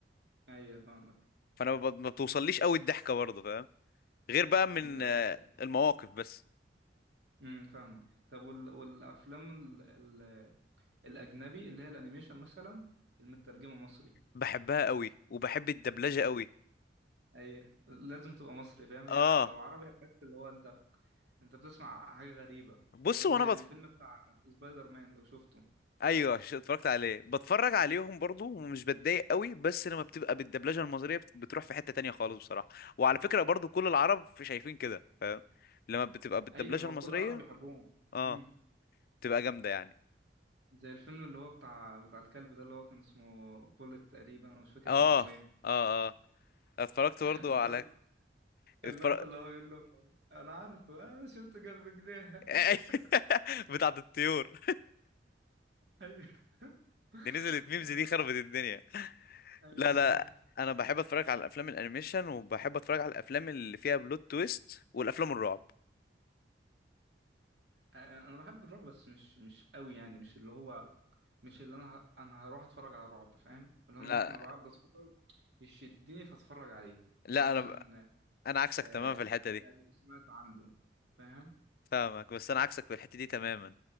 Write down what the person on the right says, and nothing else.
ايوه فاهمك
ز-
امم فاهمك طب وال... والافلام ال... ال... الاجنبي اللي هي الانيميشن مثلا المترجمه مصري
اي لازم تبقى مصري فاهم هي
لو عربي هتحس اللي هو انت انت بتسمع حاجه غريبه
فاهم
زي الفيلم
بتاع سبايدر مان لو شفته
ايوه هو
كل العرب بيحبوهم
امم
زي الفيلم اللي هو بتاع بتاع الكلب ده اللي هو كان اسمه بولت تقريبا انا مش فاكر
كان اسمه ايه
<laughs>
اللقطه
اللقطه
اللي هو بيقول له انا عارفه انا شفته قبل كده
<laughs>
ايوه
<laughs>
آه،
ايوه
انا بحب الرعب بس مش مش قوي يعني مش اللي هو مش اللي انا ه... انا هروح اتفرج على رعب فاهم اللي
انا ممكن ابقى قاعد بتفرج يشدني فاتفرج عليه
او مثلا
آه
يعني سمعت عنده فاهم